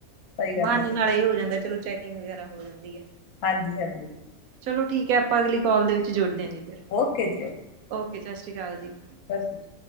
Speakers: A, on the left; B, on the right.
A: ਸਹੀ ਗੱਲ
B: ਬਾਨੇ
A: ਹੈ
B: ਨਾਲੇ ਹੀ ਹੋ ਜਾਂਦਾ ਚਲੋ ਚੈਕਿੰਗ ਵਗੈਰਾ ਹੋ ਜਾਂਦੀ ਐ।
A: ਹਾਂਜੀ-ਹਾਂਜੀ
B: ਚਲੋ ਠੀਕ ਹੈ ਆਪਾਂ ਅਗਲੀ ਕੋਲ ਦੇ ਵਿੱਚ ਜੁੜਦੇ ਹਾਂ ਜੀ ਫਿਰ
A: ਓਕੇ ਜੀ ਓਕੇ
B: ਓਕੇ ਸਤਿ ਸ਼੍ਰੀ ਅਕਾਲ ਜੀ।
A: ਸਤ ਸ਼੍ਰੀਕਾਲ